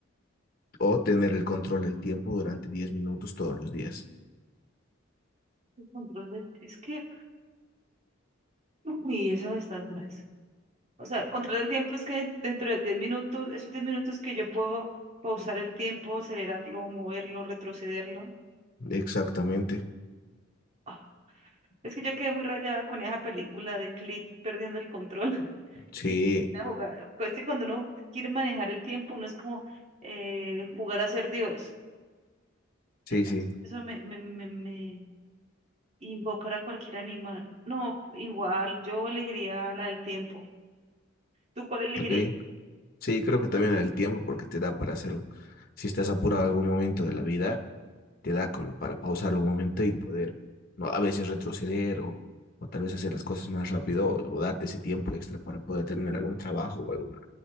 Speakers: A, on the left (about 45°); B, on the right (about 35°).
A: O tener el control del tiempo durante diez minutos todos los días.
B: El control del... Es que, uy, esa está dura. O sea, controlar el tiempo es que dentro de 10 minutos, esos 10 minutos que yo puedo pausar el tiempo, acelerarlo, moverlo, retrocederlo.
A: Exactamente.
B: Ah, es que yo quedé muy rayada con esa película de Click perdiendo el control. <laughs>
A: Sí,
B: que una jugada- pues, Es que cuando uno quiere manejar el tiempo, uno es como eh, jugar a ser Dios.
A: sí,
B: Entonces,
A: sí.
B: eso me, me, me, me invocará a cualquier animal. No, igual, yo elegiría la del tiempo. ¿Tú cuál elegirías?
A: Ok. Sí, creo que también el tiempo, porque te da para hacer, un- si estás apurado en algún momento de la vida, te da como para pausar un momento y poder, ¿no? A veces retroceder o, o tal vez hacer las cosas más rápido o, o darte ese tiempo extra para poder terminar algún trabajo o alguna,